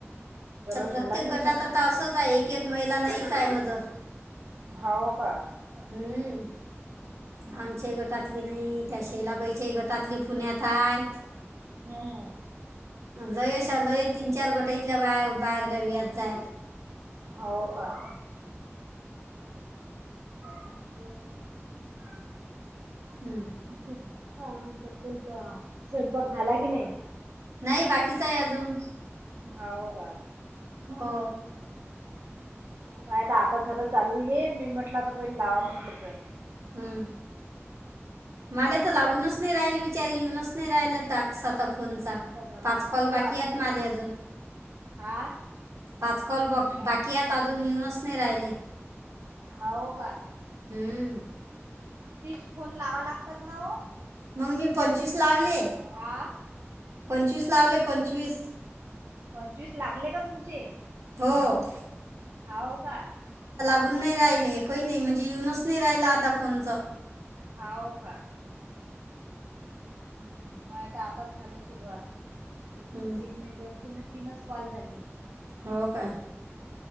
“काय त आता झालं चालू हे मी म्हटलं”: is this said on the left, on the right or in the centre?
Right